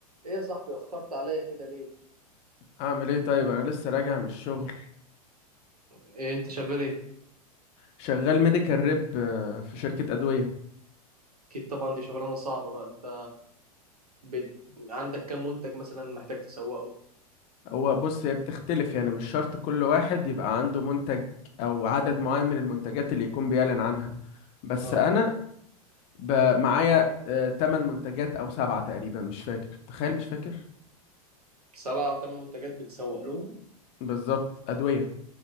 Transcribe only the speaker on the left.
اعمل ايه طيب انا لسه راجع من الشغل
شغال ميديكال ريب في شركة ادوية
هو بص هي بتختلف يعني مش شرط كل واحد يبقى عنده منتج او عدد معين من المنتجات اللي يكون بيعلن عنها بس
انا ب- معايا 8 منتجات او سبعة تقريبا مش فاكر تخيل مش فاكر
بالظبط ادوية